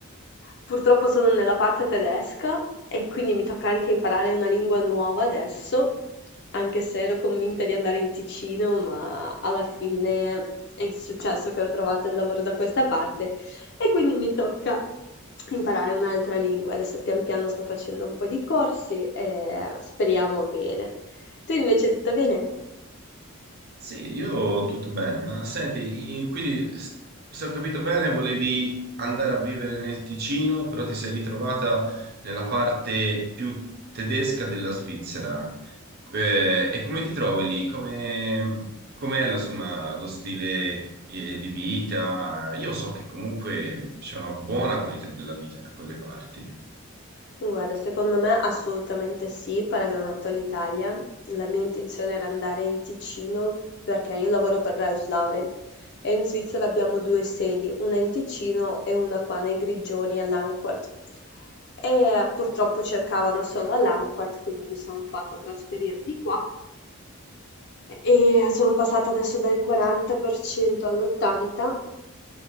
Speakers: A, on the left; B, on the right.
A: purtroppo sono nella parte tedesca e quindi mi tocca anche imparare una lingua nuova adesso, anche se ero convinta di andare in Ticino, ma alla fine è successo che ho trovato il lavoro da questa parte e quindi mi tocca imparare un'altra lingua. Adesso pian piano sto facendo un po' di corsi e speriamo bene. Tu invece tutto bene?
B: Sì, io tutto bene, ma senti, i- quindi s- se ho capito bene, volevi andare a vivere nel Ticino, però ti sei ritrovata nella parte più tedesca della Svizzera. Eh, e come ti trovi lì? Come, com'è, insomma, lo stile, eh, di vita? Io so che comunque c'è una buona qualità della vita da quelle parti.
A: Guarda, secondo me assolutamente sì, paragonato all'Italia. La mia intenzione era andare in Ticino perché io lavoro per Ralph Lauren e in Svizzera abbiamo due sedi, una in Ticino e una qua nei Grigioni a Langquart. E purtroppo cercavano solo a Langquart, quindi mi sono fatta trasferire di qua E sono passata adesso dal 40% all'80,